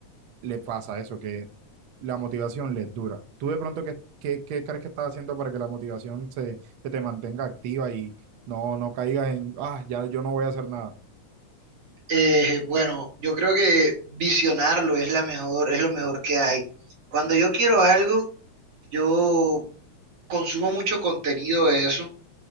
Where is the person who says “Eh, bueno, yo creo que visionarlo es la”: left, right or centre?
Right